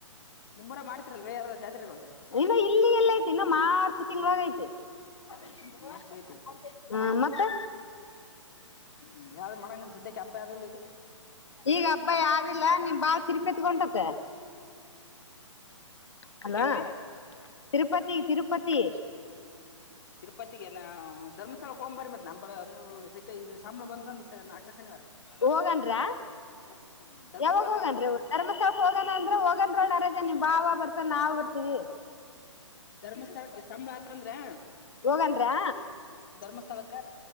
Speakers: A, on the left (about 40°); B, on the left (about 65°).
A: ನಿಮ್ಮ್ಊರಗ್ ಮಾಡ್ತಿರಲ್ವೇ ಯವುದಾದ್ ಜಾತ್ರೆಗಳು
B: ಇನ್ನು ಇಲ್ಲಿಗೆಲ್ಲ ಐತಿ ಇನ್ನು ಮಾರ್ಚ್ ತಿಂಗಳಾಗ ಐತೆ <unintelligible>
A: ಮಾರ್ಚ್ ಐತಿ
B: <unintelligible> ಹಾ ಮತ್ತೆ
A: ಹ್ಮ್ ಯಾವ್ದ ಮಾಡಂಗಿಲ್ಲ ಸದ್ಯಕೆ ಹಬ್ಬ ಯಾವುದು ಇಲ್ಲ ಈಗ
B: ಈಗ ಹಬ್ಬ ಯಾವ್ದಿಲ್ಲಾ ನಿಮ್ ಬಾವ ತಿರುಪತಿಗ್ ಹೊಂಟದಾ ಹಲೋ
A: ಕ್ರಿಕೆಟ್
B: ತಿರುಪತಿ ತಿರುಪತಿ
A: ತಿರುಪತಿ ಏನ ಧರ್ಮಸ್ಥಳಕ್ ಹೋಗೋಣ ಬರ್ರಿ ಮತ್ ನಳ <unintelligible> ಸಂಬಳ ಬಂತಂದ ನಕ್ಕ್ನೆ ಶನಿವಾರ <unintelligible>
B: ಹೋಗನ್ರ
A: <unintelligible> ಧರ್ಮಸ್ಥಳ
B: ಯಾವಾಗ ಹೋಗನ್ರಿ
A: ಕಾರ್ ಬರ್ತ
B: ಧರ್ಮಸ್ಥಳಕ್ ಹೋಗಣ ಅಂದ್ರ ಹೋಗಂದ್ರನ <unintelligible> <unintelligible> ನಿಮ್ ಬಾವ ಬರ್ತರಾ ನಾವ್ ಬರ್ತೀವಿ
A: ಧರ್ಮಸ್ಥಳಕ್ಕೆ ಸಂಬಳ ಆತ್ ಅಂದ್ರೆ
B: ಯೋಗನ್ರಾ
A: ಧರ್ಮಸ್ಥಳಕ್ಕ